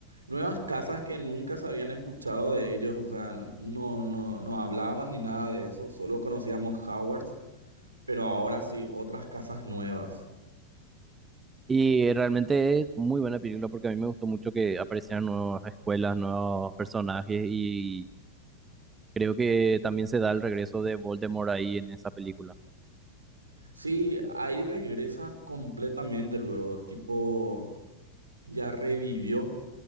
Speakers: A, on the right; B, on the right.
A: nuevas casas que nunca se habían escuchado de ellos, o sea, no, no, no hablaban ni nada de eso, solo conocíamos Howard. pero ahora sí, otras casas nuevas.
B: Y realmente es muy buena película porque a mí me gustó mucho que aparecieran nuevas escuelas, nuevos personajes y creo que también se da el regreso de Voldemort ahí en esa película.
A: Sí, ahí regresa completamente luego, tipo, ya revivió